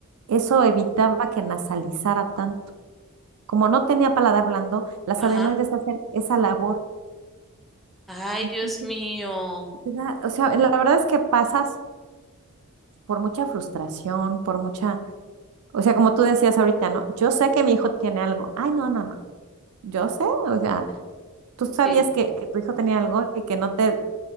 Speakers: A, on the right; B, in the centre.
A: eso evitaba que nasalizara tanto. Como no tenía paladar blando, las
B: ajá.
A: adenoides hacen esa labor.
B: Ay,
A: Entonces,
B: Dios mío.
A: te da- o sea, la verdad es que pasas por mucha frustración, por mucha, o sea, como tú decías ahorita, ¿no? Yo sé que mi hijo tiene algo. Ay, no, no, no. Yo sé, o sea, tú sabías
B: Sí,
A: que, que tu hijo tenía algo y que no te,